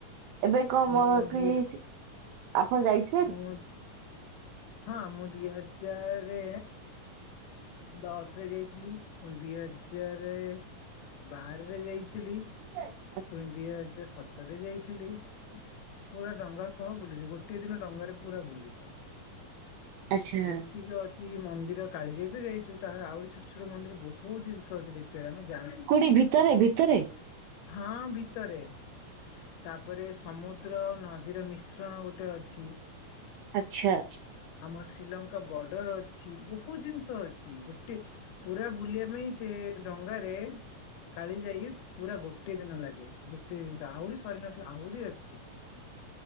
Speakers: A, on the right; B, on the left.
A: ଏବେ କମ
B: ମୁଁ ଦି
A: କି ସିଏ ଆପଣ ଯାଇଛ
B: ମୁଁ, ହଁ ମୁଁ ଦି ହଜାର ଦଶ ରେ ଯାଇଥିଲି ପୁଣି ଦୁଇ ହଜାର ବାରରେ ଯାଇଥିଲି।
A: <inaudible>
B: ପୁଣି ଦି ହଜାର ସତରରେ ଯାଇଥିଲି। ପୁରା ଡଙ୍ଗା ସହ ବୁଲିଛୁ। ଗୋଟଏ ଦିନ ଡଙ୍ଗାରେ ପୁରା ବୁଲିଛୁ।
A: ଆଚ୍ଛା।
B: ଯେତିକି ଅ ମନ୍ଦିର କାଳିଜାଇ ତ ଯାଇଛୁ। ଆହୁରି ଛୋଟ ଛୋଟ ମନ୍ଦିର ବହୁତ ଜିନିଷ ଅଛି ଦେଖିବାରେ ଆମେ ଜାଣିନଥିଲୁ।
A: କୋଉଠି ଭିତରେ ଭିତରେ?
B: ହଁ ଭିତରେ। ତାପରେ ସମୁଦ୍ର ନଦୀର ମିଶ୍ରଣ ଗୋଟେ ଅଛି।
A: ଆଚ୍ଛା।
B: ଆମ ଶ୍ରୀଲଙ୍କା ବର୍ଡର ଅଛି। ବହୁତ ଜିନିଷ ଅଛି ଗୋଟେ ପୁରା ବୁଲିବା ପାଇଁ ସେ ଡଙ୍ଗାରେ କାଳି ଯାଇ ପୁରା ଗୋଟେ ଗୋଟେ ଦିନ ଲାଗେ। ଯେତେ ଜିନିଷ ଆହୁରି ସରି ନଥିଲା ଆହୁରି ଅଛି।